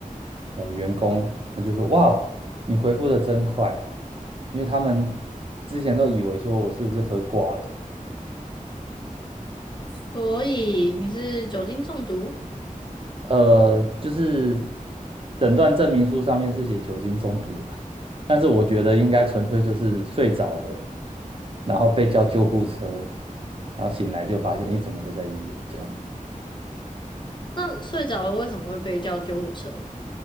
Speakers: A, on the right; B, on the left.
A: 呃员工，他就说：“哇哦，你回复的真快，因为他们之前都以为说我是不是喝挂了，
B: 所以你是酒精中毒？
A: 呃，就是诊断证明书上面是写酒精中毒了，但是我觉得应该纯粹就是睡着了，然后被叫救护车，然后醒来就发现，诶，怎么会在医院这样？
B: 那睡着了为什么会被叫救护车？